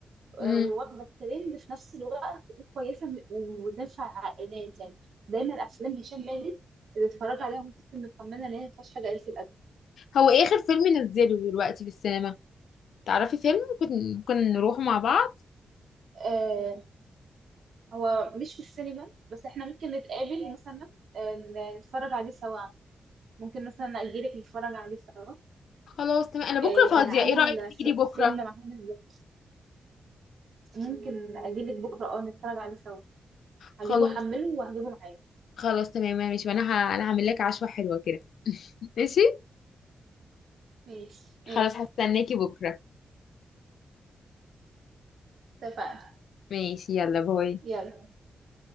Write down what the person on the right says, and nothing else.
آه،
وواخده الترند في نفس الوقت وكويسه م- وتنفع عائلات يعني دايما افلام هشام ماجد اللي اتفرج عليها ممكن تكون مطمنه ان هي ما فيهاش حاجه قليله الادب
آه، هو مش في السينما بس احنا ممكن نتقابل مثلا آه، ن- نتفرج عليه سوا ممكن مثلا اجيلك نتفرج عليه سوا
آه،
كان عامل
ف-
فيلم مع هنا الزاهد ممكن اجيلك بكره اه نتفرج عليه سوا هجيبه
حمله وهجيبه معايا
ماشي
ماشي
اتفقنا
يلا